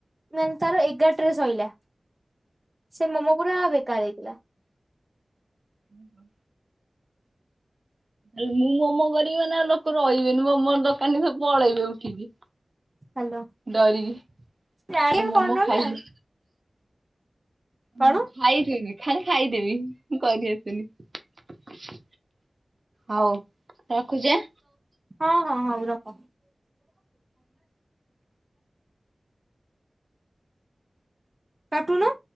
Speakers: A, on the right; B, on the right.
A: ନାଇ ତାର ଏଗାରଟରେ ଶଇଲା ସେ ମୋମୋ ପୁରା ବେକାର ହେଇଥିଲା।
B: ହୁଁ ହୁଁ ମୁଁ ମୋମୋ କରିବି ମାନେ ଲୋକ ରହିବେନି ମୋମୋ ଦୋକାନୀ ସବୁ ପଳେଇବେ ଉଠିକି।
A: ହ୍ୟାଲୋ
B: ଡରିକି
A: ଜାଣିବେ
B: ମୋ ମୋମୋ
A: କରୁନ
B: ଖାଇକି।
A: ନା କଣ?
B: ମୁଁ ଖାଇଦେବି ଖାଲି ଖାଇଦେବି ମୁଁ କରି ହଉ ରଖୁଛି ଏ
A: ହଁ ହଁ ହଉ ରଖ କାଟୁନୁ